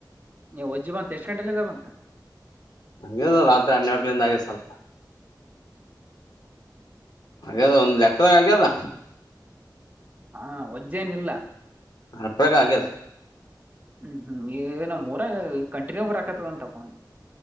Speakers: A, on the right; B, on the left.
A: ನೀವು ಒಜ್ಜ ಬಂತ ಎಷ್ಟ್ ಗಂಟೆಲ್ಲ ಇದಾವಂತ
B: ಹಾಗದು ರಾತ್ರಿ ಹನ್ನೆರಲಿಂದ ಆಗ್ಯ ಸ್ವಲ್ಪ ಹಾಗ್ಯದ ಒಂದ್ ಲೆಕ್ಕದಾಗ ಆಗ್ಯದ
A: ಹಾ ವಜ್ಜೇನಿಲ್ಲ
B: ಹಟ್ಟ್ರಾಗ ಆಗ್ಯದ
A: ಹ್ಮ್ ಹ್ಮ್ ಈ ನಮ್ ಮೂರ ಕಂಟಿನ್ಯೂ ಬರಾಕತ್ತದಂತಪ್ಪ